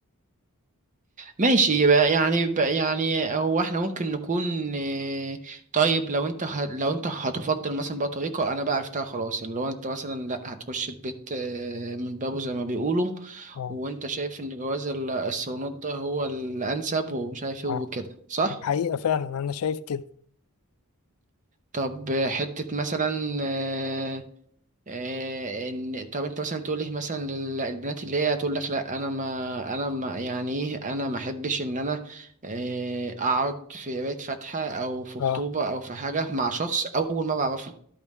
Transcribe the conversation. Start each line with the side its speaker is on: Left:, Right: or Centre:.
Right: ماشي يبقى يعني بقى يعني هو احنا ممكن نكون آه، طيب لو انت ه... لو انت هتفضل مثلا بقى طريقة انا بقى عرفتها خلاص يعني لو انت مثلا لا هتخش البيت آه، من بابه زي ما بيقولوا
Left: اه
Right: وانت شايف ان جواز ال- الصالونات ده هو الانسب ومش عارف ايه
Left: اه
Right: وكده صح؟
Left: حقيقه فعلا انا شايف كده
Right: طب آه، حتة مثلا آه، آه، ان طب انت مثلا تقول لي مثلا لل- البنات اللي هي تقول لك لا انا ما انا ما يعني ايه انا ما احبش ان انا آه، اقعد في بيت فاتحه او في
Left: اه
Right: خطوبه او في حاجه مع شخص اول ما بعرفه